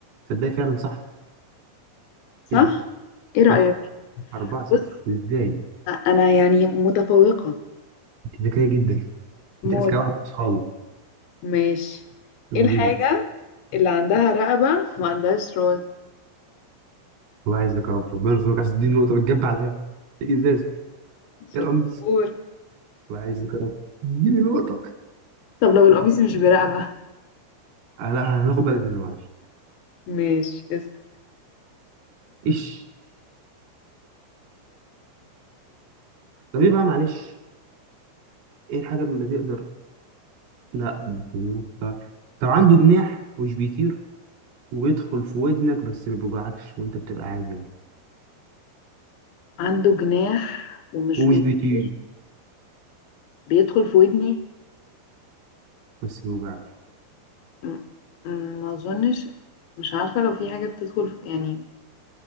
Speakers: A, on the right; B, on the left.
A: تصدقي فعلا صح
B: صح
A: ايه ده
B: ايه
A: صح
B: رأيك
A: 4 0
B: بص
A: ازاي
B: انا يعني متفوقة
A: انت ذكيه جدا
B: موت
A: انت اذكى واحد في اصحابي
B: ماشي
A: وديني
B: ايه الحاجة اللي عندها رقبة ما عندهاش راس
A: الله يعزك يا رب ربنا يرزقك عايز تديني نقطه بتجب عليا ايه إيه الازاز
B: شطور
A: ايه القميص الله يعزك يا رب اديني نقطه
B: طب لو القميص مش برقبة
A: آه لا هناخد بالك من ده، معلش
B: ماشي اسكت
A: ايش طب ايه بقى معلش ايه الحاجه اللي تقدر لا الجنون. طب طب عنده جناح ومش بيطير وبيدخل في ودنك بس ما بيوجعكش وانت بتبقى عادي يعني
B: عنده جناح ومش
A: ومش
B: بيطير
A: بيطير
B: بيدخل في ودني
A: بس ما بيوجعكش
B: م- م- ما اظنش مش عارفة لو في حاجة بتدخل في يعني